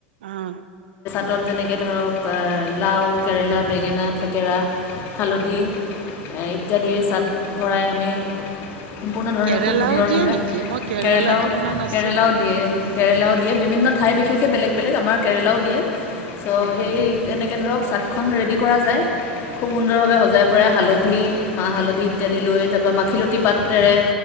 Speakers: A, on the right (about 65°); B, on the left (about 40°).
A: অহ
B: পাতত যেনেকে ধৰক, লাও, কেৰেলা, বেঙেনা, থেকেৰা, হালধি ইত্যাদিৰে চাট ভৰাই আমি সম্পূৰ্ণ ধৰণে
A: কেৰেলাও
B: খুব সুন্দৰভাৱে,
A: দিয়ে নেকি? মই কেৰেলাটো
B: কেৰেলাও,
A: শুনা নাছিলো
B: কেৰেলাও দিয়ে, কেৰেলাও দিয়ে বিভিন্ন ঠাই বিশেষ এক বেলেগ-বেলেগ, আমাৰ কেৰেলাও দিয়ে। চ',
A: অকে
B: সেই এনেকে ধৰক চাট খন ৰেডি কৰা যায় খুব সুন্দৰভাৱে সজাই পৰাই হালধি, মাহ- হালধি ইত্যাদি লৈ তাৰপৰা মাখিলতী পাত তেৰে